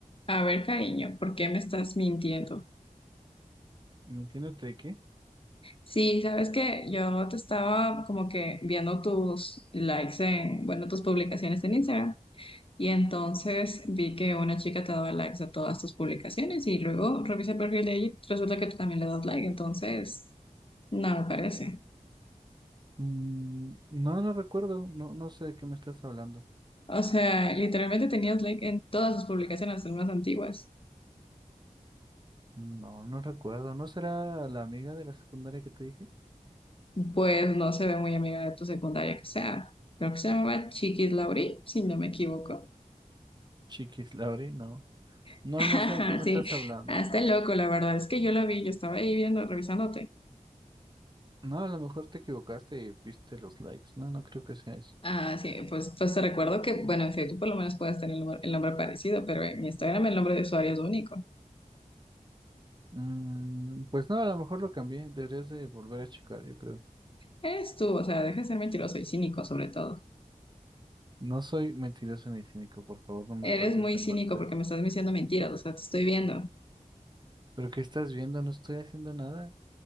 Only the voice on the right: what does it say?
¿Mintiéndote de qué?
Mm, no, no recuerdo. No, no sé de qué me estás hablando.
No, no recuerdo. ¿No será la amiga de la secundaria que te dije?
Chiquis, Lauri, no. No,
no sé de qué me
estás hablando.
No, a lo mejor te equivocaste y viste los likes. No, no creo que sea eso.
Mm, pues no, a lo mejor lo cambié. Deberías de volver a checar, yo creo.
No soy mentiroso ni cínico, por favor, no me
faltes
el
respeto.
¿Pero qué estás viendo? No estoy haciendo nada.